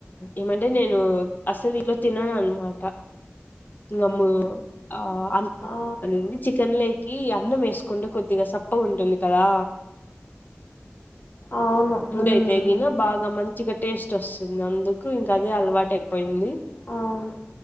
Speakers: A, on the left; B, on the left.
A: ఏమంటే నేను అసలు ఇంట్లో తినను అన్నమాట ఇంగ అమ్మా ఆ
B: ఆ
A: చికెన్ లే కి అన్నం యేసుకుంటే కొద్దిగా సప్పగ ఉంటుంది కదా
B: అవును
A: ముడైతే
B: మ్మ్
A: గిన బాగా మం చిగ టేస్ట్ వస్తుంది. అందుకు ఇంకా అదే అలవాటు అయిపోయింది.
B: అవును